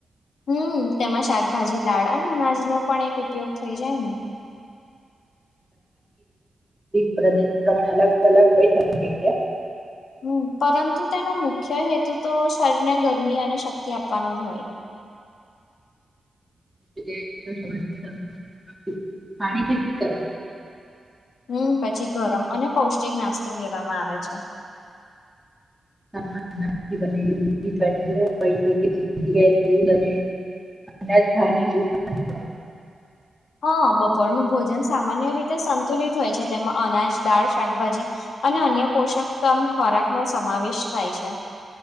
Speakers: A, on the left; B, in the centre.
A: હમ તેમાં શાકભાજી દાળ અને અનાજનો પણ એક ઉપયોગ થઈ જાય ને
B: પ્રદેશ પ્રમાણે અલગ અલગ શકે છે.
A: હમ પરંતુ તેનો મુખ્ય હેતુ તો શરીરને ગરમી અને શક્તિ આપવાનો જ હોય.
B: તે કરવા <unintelligible>
A: હમ પછી ગરમ અને પૌષ્ટિક નાસ્તો લેવામાં આવે છે
B: <unintelligible> <unintelligible>
A: હા બપોરનું ભોજન સામાન્ય રીતે સંતુલિત હોય છે તેમાં અનાજ દાળ શાકભાજી અને અન્ય પોષકતમ ખોરાકનો સમાવેશ થાય છે.